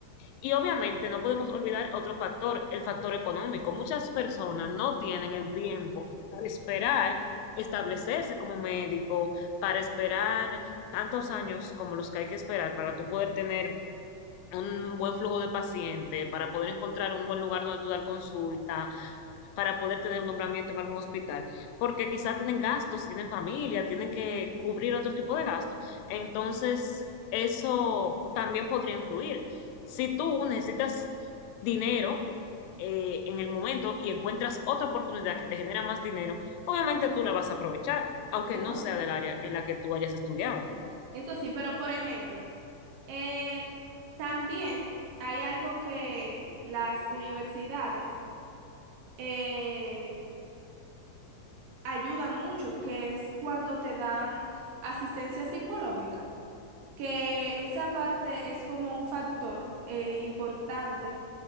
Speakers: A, on the left (about 90°); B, on the right (about 85°).
A: Y obviamente no podemos olvidar otro factor, el factor económico. Muchas personas no tienen el tiempo para esperar establecerse como médico, para esperar tantos años como los que hay que esperar para tú poder tener un buen flujo de pacientes, para poder encontrar un buen lugar donde tú dar consulta, para poder tener un nombramiento en algún hospital, porque quizás tienen gastos, tienen familia, tienen que cubrir otro tipo de gastos. Entonces, eso también podría influir. Si tú necesitas dinero eh, en el momento y encuentras otra oportunidad que te genera más dinero, obviamente tú la vas a aprovechar, aunque
B: Eso
A: no sea
B: sí.
A: del área en la que tú hayas estudiado.
B: Eso sí, pero por ejemplo, eh, también hay algo que las universidades eh, ayuda mucho, que es cuando te dan asistencia psicológica, que esa parte es como un factor eh, importante